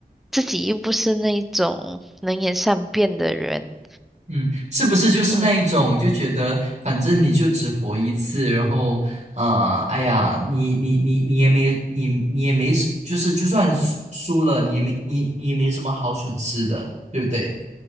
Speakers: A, in the centre; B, on the right.
A: 自己又不是那种能言善辩的人。
B: 嗯，是不是就是那一种就觉得反正你就只活一次，
A: 嗯。
B: 然后啊，哎呀，你你你你也没你你也没就是就算输输了，你也没你你也没什么好损失的，对不对？